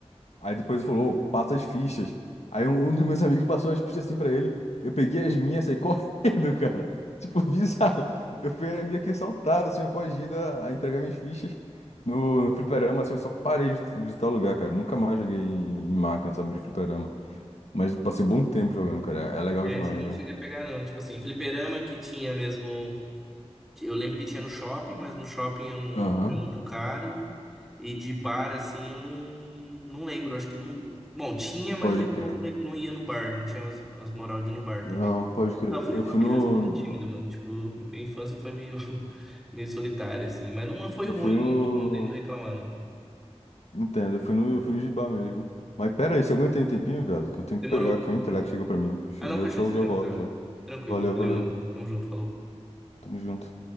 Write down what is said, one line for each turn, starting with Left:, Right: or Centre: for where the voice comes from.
Left: Aí depois ele falou: Ô, passa as fichas. Aí um, um dos meus amigos passou as fichas assim pra ele. Eu peguei as minhas e saí <laughs> correndo, cara. Tipo, <laughs> bizarro. Eu fui meio que assaltado, assim, eu coagido a, a entregar minhas fichas no, no fliperama, assim, eu só parei de visitar o lugar, cara. Nunca mais joguei em, em máquina, sabe, de fliperama. Mas eu passei um bom tempo jogando, cara. É legal
Centre: É,
Left: demais,
Centre: isso eu não
Left: velho.
Centre: cheguei a pegar, não. Tipo assim, fliperama que tinha mesmo. Eu lembro que tinha no shopping, mas no shopping eu não,
Left: Aham,
Centre: era muito caro. E de bar, assim, eu não, não lembro. Acho que não. Bom, tinha, mas
Left: pode
Centre: aí
Left: crer.
Centre: eu não, fre- não ia no bar. Não tinha as, as moral de ir no bar
Left: Não,
Centre: também.
Left: pode crer.
Centre: Ah, eu fui
Left: Eu
Centre: uma
Left: fui
Centre: criança
Left: no.
Centre: muito
Left: no-
Centre: tímida, mano. Tipo, minha infância foi meio, <laughs> meio solitária, assim. Mas não foi
Left: Eu
Centre: ruim,
Left: fui no.
Centre: não. Tipo, não tem do que reclamar, não.
Left: Entendo, eu fui no, eu fui no Gibá mesmo. Mas pera aí, você aguenta aí um tempinho, velho? Que eu tenho
Centre: Demorou.
Left: que pegar aqui o entrega que chegou pra mim. Show,
Centre: Ah, não, fechou,
Left: show,
Centre: você
Left: já
Centre: tinha
Left: volto
Centre: avisado.
Left: já.
Centre: Tranquilo.
Left: Valeu,
Centre: Valeu,
Left: valeu.
Centre: mano. Tamo junto, falou.
Left: Tamo junto.